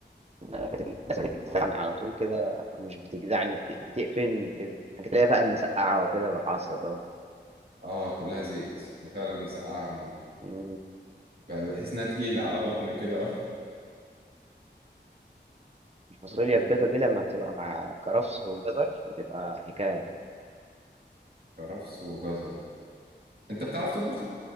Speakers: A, on the right (about 35°); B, on the right (about 55°).
A: أنا الحتة دي الدسامة دي بتجزعني على طول كده مش بتجزعني بت... بتقفلني كده الحاجات اللي هي بقى المسقعة وكده بتعصب أوي
B: اه كلها زيت أنا فعلا مسقعه ما-
A: مم.
B: بحس انها تقيله على بطني كده
A: الفاصوليا
B: <laughs> اوكي
A: البيضة دي لما بتبقى مع كرفس وجزر بتبقى حكاية
B: كرفس وجزر انت بتعرف تطبخ